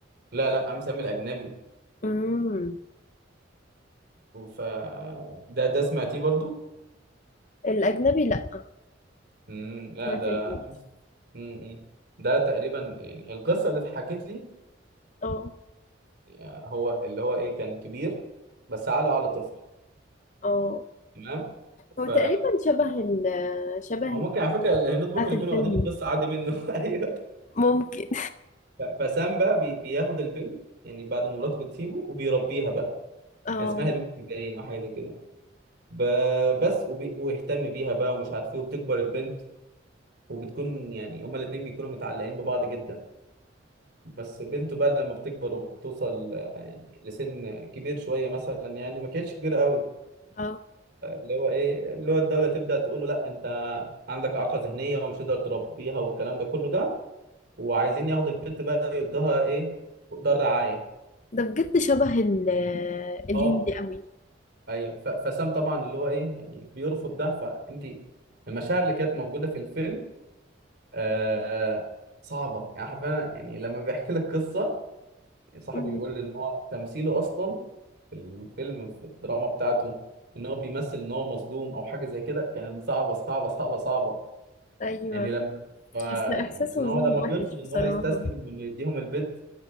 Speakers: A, on the right; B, on the left.
A: لا لا ام سام الاجنبي
B: امم
A: ف ده ده سمعتيه برضو
B: الاجنبي لا
A: مم. لا
B: سمعت
A: ده
B: الهندي
A: مم. ده تقريبا يعني القصه اللي اتحكت لي
B: اه
A: آه، هو اللي هو ايه كان كبير بس عقله على طفل
B: اه
A: تمام
B: هو
A: ف
B: تقريبا شبه ال شبه
A: هو ممكن على فكره الهنود ممكن
B: بتاعت
A: يكونوا
B: الفيلم
A: واخدين القصه عادي منه <laughs> ايوه
B: ممكن
A: ف- فسام بقى بي... بياخد البنت يعني بعد ما مراته بتسيبه وبيربيها بقى
B: <laughs> اه
A: هي اسمها لوسي باين او حاجه زي كده ب... بس وبي... ويهتم بيها بقى ومش عارف ايه وبتكبر البنت وبتكون يعني هما الاثنين بيكونوا متعلقين ببعض جدا بس بنته بقى لما بتكبر وبتوصل آه، يعني لسن كبير شويه مثلا يعني ما كانتش كبيره قوي
B: اه
A: اللي هو ايه اللي هو الدوله تبدا تقول له لا انت عندك اعاقه ذهنيه ومش هتقدر تربيها والكلام ده كله ده وعايزين ياخدوا البنت بقى يدوها ايه دار رعايه
B: ده بجد شبه ال...
A: اه
B: الهندي قوي
A: ايوه ف- فسام طبعا اللي هو ايه يعني بيرفض ده فانت المشاعر اللي كانت موجوده في الفيلم آه صعبه يعني حرفيا يعني لما بيحكي لك قصه صاحبه
B: مم.
A: بيقول لي ان هو تمثيله اصلا في الفيلم في الدراما بتاعته ان هو بيمثل ان هو مظلوم او حاجه زي كده كان صعبه صعبه صعبه صعبه
B: أيوة
A: يعني لما ف- يعني
B: بس إحساس
A: ان
B: الظلم
A: هو لما
B: وحش
A: بيرفض ان
B: بصراحة
A: هو يستسلم وانه يديهم البيت